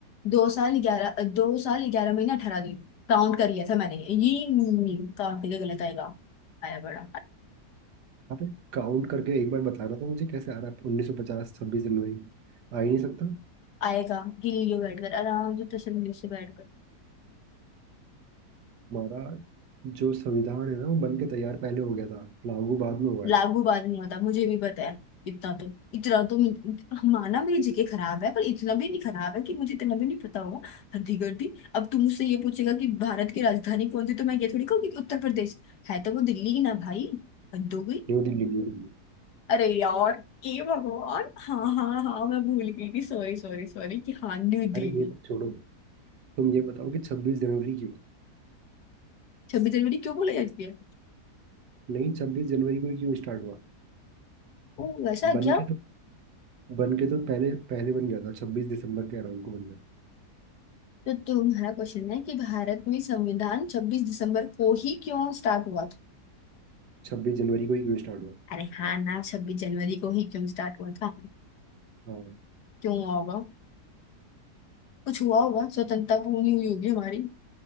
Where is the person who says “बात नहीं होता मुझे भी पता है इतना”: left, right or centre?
Left